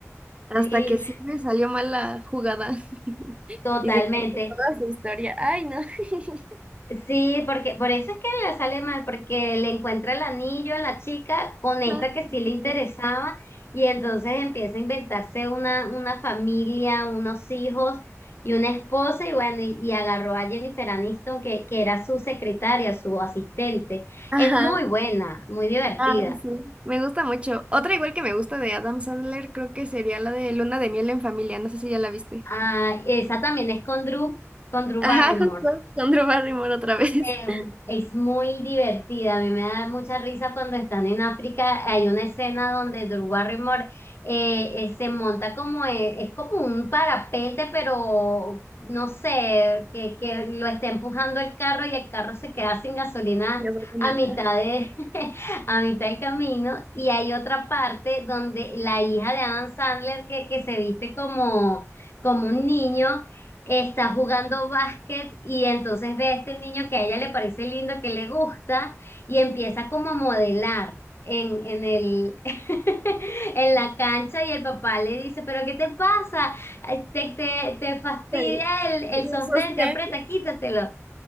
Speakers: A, on the right; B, on the left.
A: Hasta
B: sí,
A: que sí me salió mal la jugada. <laughs>
B: totalmente.
A: Y se quedó toda su historia. Ay, no. <laughs>
B: Sí, porque por eso es que le sale mal, porque le encuentra el anillo a la chica con esta
A: Ay,
B: que sí le interesaba
A: no.
B: y entonces empieza a inventarse una, una familia, unos hijos y una esposa y bueno, y, y agarró a Jennifer Aniston que, que era su secretaria, su asistente.
A: Ajá.
B: Es muy buena, muy divertida.
A: Ah, sí. Me gusta mucho. Otra igual que me gusta de Adam Sandler, creo que sería la de Luna de miel en familia. No sé si ya la viste.
B: Ah, esa también es con Drew, con Drew
A: Ajá,
B: Barrymore.
A: justo. Con Drew Barrymore otra vez.
B: Eh,
A: <laughs>
B: es muy divertida, a mí me da mucha risa cuando están en África, hay una escena donde Drew Barrymore eh, eh, se monta como, eh, es como un parapente, pero no sé, que, que lo está empujando el carro y el carro se queda sin gasolina
A: Ya una-
B: a mitad
A: ah,
B: de, <laughs> a mitad del camino, y hay otra parte donde la hija de Adam Sandler que, que se viste como, como un niño está jugando básquet y entonces ve a este niño que a ella le parece lindo, que le gusta y empieza como a modelar en, en el, <laughs> en la cancha y el papá le dice, pero ¿qué te pasa? Ay, Te, te, te fastidia
A: pero-
B: el, el sostén,
A: Sostén.
B: te aprieta, quítatelo.